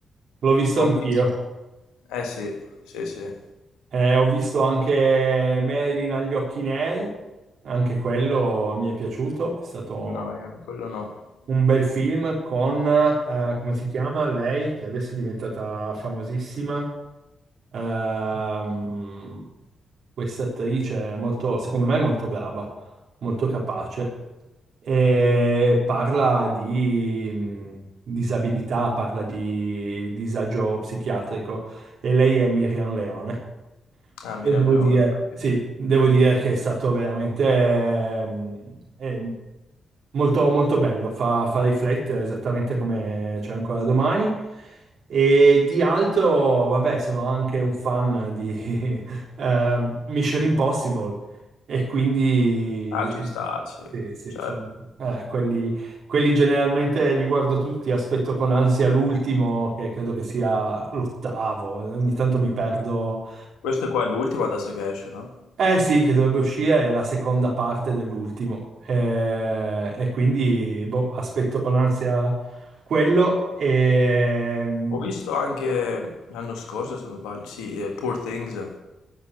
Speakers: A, on the right; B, on the left.
A: l'ho visto
B: Ho
A: anch'io.
B: visto... Eh sì, sì, sì.
A: Eh, ho visto anche Marilyn agli occhi neri, anche quello mi è piaciuto, è stato
B: No, io- quello no.
A: un bel film con, eh, come si chiama lei, che adesso è diventata famosissima, Ehm, questa attrice è molto, secondo me è molto brava, molto capace, e parla di mh, disabilità, parla di disagio psichiatrico e lei è Miriam Leone.
B: Ah, Miriam
A: E devo
B: Leone,
A: dire,
B: ho capito.
A: sì, devo dire che è stato veramente ehm, eh, molto, molto bello, fa, fa riflettere esattamente come c'è ancora domani. E di altro, vabbè, sono anche un fan di <laughs> ehm, Mission Impossible e quindi
B: Ah, ci sta, sì,
A: sì, sì,
B: certo.
A: sono- eh, quelli, quelli generalmente li guardo tutti, aspetto con ansia l'ultimo, che credo che sia l'ottavo, ogni tanto mi perdo.
B: Questo qua è l'ultimo adesso che esce, no?
A: Eh sì, che dovrebbe uscire è la seconda parte dell'ultimo. Eh, e quindi boh, aspetto con ansia quello. E... mm,
B: Ho visto anche l'anno scorso, se non sbaglio, sì, eh, Poor Things.